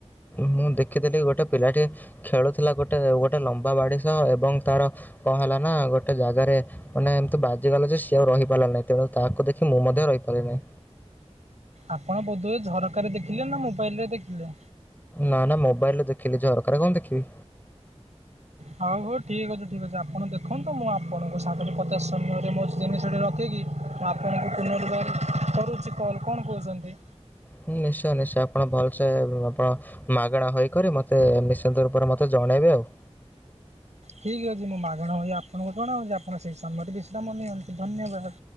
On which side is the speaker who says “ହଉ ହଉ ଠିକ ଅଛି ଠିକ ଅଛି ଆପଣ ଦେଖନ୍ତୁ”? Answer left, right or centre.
Right